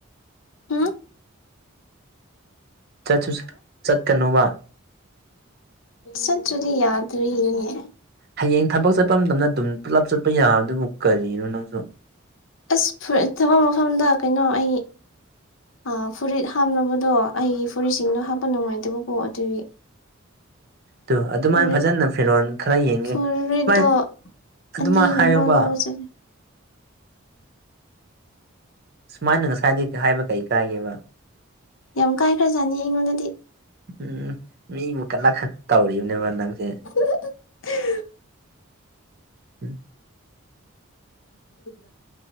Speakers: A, on the left; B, on the right.
A: ꯍꯥ
B: ꯆꯠꯁꯨ ꯆ ꯆꯠꯀꯅꯨꯕ꯫
A: ꯆꯠꯇꯔ꯭ꯗꯤ ꯌꯥꯗ꯭ꯔꯤꯅꯦ
B: ꯍꯌꯦꯡ ꯊꯕꯛ ꯆꯠꯄ ꯃꯇꯝꯗ ꯑꯗꯨꯝ ꯄꯨꯂꯞ ꯆꯠꯄ ꯌꯥꯕꯗꯨꯕꯨ ꯀꯔꯤꯅꯣ ꯅꯪꯁꯨ꯫
A: ꯑꯁ ꯐꯨꯔꯤꯠ ꯊꯕꯛ ꯃꯐꯝꯗ ꯀꯩꯅꯣ ꯑꯩ꯫ ꯑ ꯐꯨꯔꯤꯠ ꯍꯥꯞꯅꯕꯗꯣ ꯑꯩꯒꯤ ꯐꯨꯔꯤꯠꯁꯤꯡꯗꯣ ꯍꯥꯞꯄ ꯅꯨꯡꯉꯥꯏꯇꯕꯒꯣ ꯑꯗꯨꯒꯤ꯫ <inaudible>
B: ꯇꯨ ꯑꯗꯨꯃꯥꯏꯟ
A: ꯐꯨꯔꯤꯠ
B: ꯐꯖꯅ ꯐꯤꯔꯣꯟ ꯈꯔ ꯌꯦꯡꯒꯦ
A: ꯐꯨꯔꯤꯠꯇꯣ
B: ꯃꯥꯏꯟ ꯑꯗꯨꯃꯥꯏ
A: ꯑꯅꯤꯒꯨꯝꯕ
B: ꯍꯥꯏꯌꯨꯕ
A: ꯂꯧꯕ ꯆꯠꯂꯦ
B: ꯁꯨꯃꯥꯏꯅ ꯉꯁꯥꯏꯗꯩꯩ ꯍꯥꯏꯕ ꯀꯩ ꯀꯥꯏꯒꯦꯕ
A: ꯌꯥꯝ ꯀꯥꯏꯈ꯭ꯔꯖꯥꯅꯤ ꯑꯩꯉꯣꯟꯗꯗꯤ꯫
B: ꯎꯝ ꯃꯤꯕꯨ ꯀꯂꯛꯍꯟ ꯇꯧꯔꯤꯕꯅꯦꯕ ꯅꯪꯁꯦ꯫
A: <inaudible>
B: ꯎꯝ
A: <inaudible>